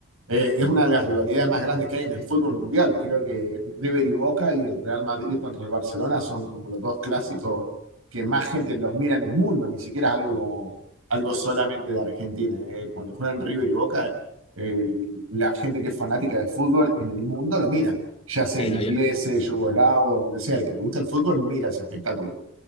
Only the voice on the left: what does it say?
Sí,
Sí,
no, yo,